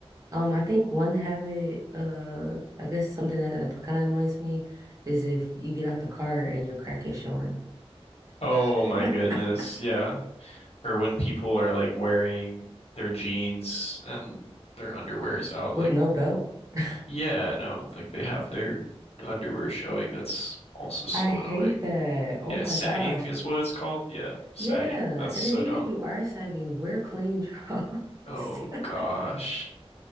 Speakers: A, on the right (about 30°); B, on the left (about 75°).
A: Um, I think one habit, uh, I guess something that kind of annoys me is if you get out the car and your crack is showing
B: Oh my
A: <laughs>
B: goodness. Yeah. or when people are like wearing their jeans and their underwear is out,
A: with
B: like,
A: no belt. <laughs>
B: yeah, no, like they have their underwear showing. That's also so
A: I hate
B: annoying.
A: that. Oh
B: Yeah,
A: my
B: sagging
A: gosh.
B: is what it's called. Yeah, sagging.
A: Yeah.
B: That's
A: And
B: so
A: then even
B: dumb.
A: if you are sagging, wear clean drawers.
B: Oh
A: <laughs>
B: gosh.